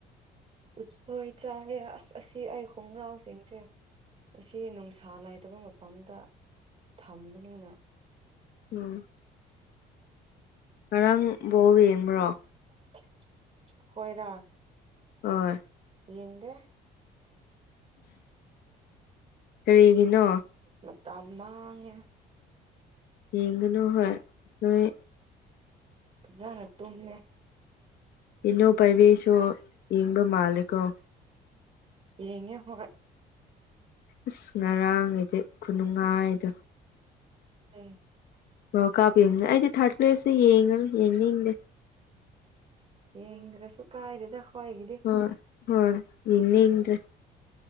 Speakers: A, on the right; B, on the left.
A: ꯎꯠꯁꯣꯏ ꯆꯥꯏꯌ‌ꯦ ꯑꯁ ꯑꯁꯤ ꯑꯩ ꯈꯣꯡꯒ꯭ꯔꯥꯎꯁꯤꯡꯁꯦ ꯑꯁꯤ ꯅꯨꯡꯁꯥ ꯂꯩꯥꯇꯕ ꯃꯐꯝꯗ ꯊꯝꯕꯅꯤꯅ
B: ꯎꯝ ꯉꯔꯥꯡ ꯕꯣꯜ ꯌꯦꯡꯕ꯭ꯔꯣ
A: ꯑꯩꯈ‌ꯣꯏꯔꯥ
B: ꯍꯣꯏ
A: ꯌꯦꯡꯗ‌ꯦ
B: ꯀꯔꯤꯒꯤꯅꯣ
A: ꯃꯇꯝ ꯃꯥꯡꯉꯦ
B: ꯌꯦꯡꯒꯅꯨ ꯍꯣꯏ ꯅꯣꯏ
A: ꯐꯖꯥꯅ ꯇꯨꯝꯃꯦ
B: ꯏꯅꯨ ꯄꯥꯏꯕꯤꯁꯨ ꯌꯦꯡꯕ ꯃꯥꯜꯂꯦꯀꯣ
A: ꯌꯦꯡꯉꯦ ꯍꯣꯏ
B: ꯏꯁ ꯉꯔꯥꯡꯒꯤꯗꯤ ꯈꯨꯅꯨꯡꯉꯥꯏꯗ‌ꯣ
A: ꯂꯩ
B: ꯋꯥꯜ ꯀꯥꯞ ꯌꯦꯡꯉ‌ꯦ ꯑꯩꯗꯤ ꯊꯥꯔꯠ ꯄ꯭ꯂꯦꯁꯇ ꯌꯦꯡꯉꯅꯤ ꯌꯦꯡꯅꯤꯡꯗꯦ
A: ꯌꯦꯡꯗ꯭ꯔꯁꯨ ꯀꯥꯏꯗ‌ꯦꯗ ꯈ‌ꯣꯏꯒꯤꯗꯤ
B: ꯍ‌ꯣꯏ ꯍꯣꯏ ꯌ‌ꯦꯡꯅꯤꯡꯗꯔ‌ꯦ